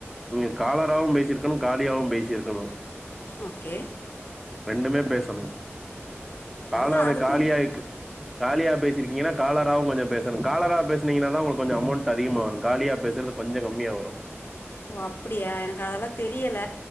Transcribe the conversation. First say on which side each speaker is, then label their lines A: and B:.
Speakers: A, in the centre; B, on the left.
A: நீங்க காலராவு பேசியிருக்கணு காலியாவு பேசியிருக்கணு
B: ஓக்கே
A: ரெண்டுமே பேசணு காலரு
B: அதுதான் அதுக்கும்
A: காலி ஆயிட்டு காலியா பேசியிருக்கீங்கன்னா காலராவு கொஞ்சோ பேசணு காலரா பேசுனீங்கனா தா உங்களுக்கு கொஞ்சோ அமௌண்ட் அதிகமா வரும் காலியா பேசறது கொஞ்சோ கம்மியா வரும்
B: ஓ அப்படியா எனக்கு அதெல்லா தெரியல